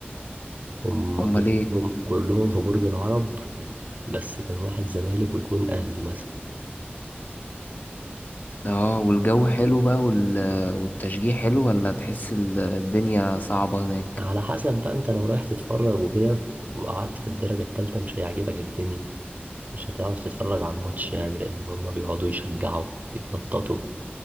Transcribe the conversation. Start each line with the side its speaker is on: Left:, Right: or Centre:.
Right: هم
Left: امال
Right: كلهم
Left: ايه
Right: كلهم في برج العرب بس كان واحد زمالك واتنين اهلي مثلا
Left: اه والجو حلو بقى وال... والتشجيع حلو ولا تحس ال- الدنيا صعبة هناك
Right: على حسب بقى انت لو رايح تتفرج وكده وقعدت في الدرجة التالتة مش هيعجبك الدنيا مش هتعرف تتفرج على الماتش يعني لأن هما بيقعدوا يشجعوا يتنططوا